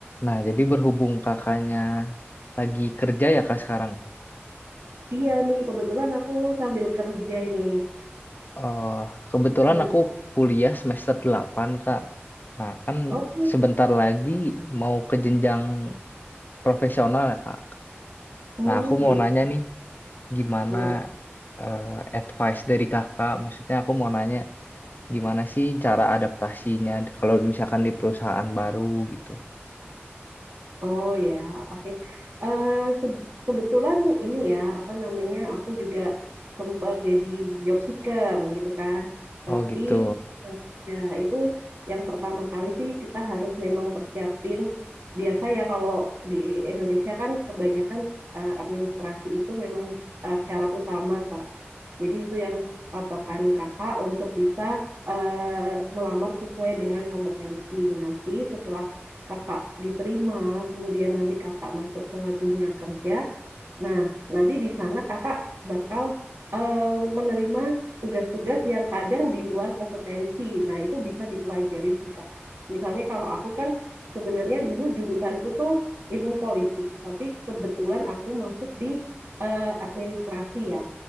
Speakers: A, on the left; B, on the right.
A: Nah, jadi berhubung kakaknya lagi kerja ya kak sekarang.
B: Iya nih, kebetulan aku sambil kerja ini.
A: Eh kebetulan
B: Gimana?
A: aku kuliah semester 8 kak. Nah, kan
B: Oh,
A: sebentar lagi mau ke jenjang profesional ya kak.
B: oh
A: Nah, aku mau
B: gitu.
A: nanya nih gimana
B: Bo-
A: eh, advice dari kakak. Maksudnya aku mau nanya gimana sih cara adaptasinya kalau misalkan di perusahaan baru gitu.
B: Oh ya, oke. Eh, se- kebetulan ini ya, apa namanya, aku juga sempat jadi job seeker gitu kan. Tapi
A: Oh gitu.
B: eh, ya itu yang pertama kali sih kita harus memang persiapin. Biasa ya kalau di Indonesia kan kebanyakan eh, administrasi itu memang eh, syarat utama kan. Jadi itu yang patokan kakak untuk bisa eh, melamar sesuai dengan kompetensi. Nanti setelah kakak diterima, kemudian nanti kakak masuk ke dunia kerja. Nah, nanti di sana kakak bakal eh, menerima tugas-tugas yang kadang di luar kompetensi. Nah, itu bisa dipelajarin sih, Kak. Misalnya kalau aku kan sebenarnya dulu jurusanku tuh ilmu politik, tapi kebetulan aku masuk di eh, administrasi ya.